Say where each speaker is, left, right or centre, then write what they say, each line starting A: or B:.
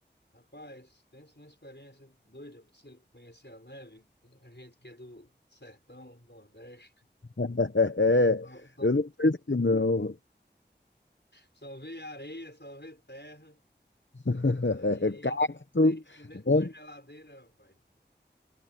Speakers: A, on the left (about 70°); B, on the left (about 80°).
A: Rapaz, pensa numa experiência doida para você conhecer a neve. A gente que é do sertão, Nordeste,
B: <laughs> É,
A: só, só,
B: eu não penso que não.
A: só vê areia, só vê terra.
B: <laughs>
A: Aí
B: Cacto,
A: você entra dentro
B: bom,
A: de uma geladeira, rapaz.